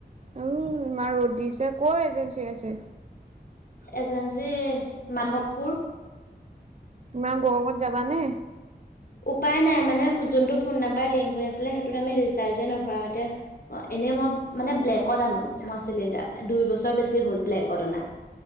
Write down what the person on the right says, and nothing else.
উম, ইমান ৰ'দ দিছে ক'ত এজেঞ্চী আছে?
ইমান গৰমত যাবানে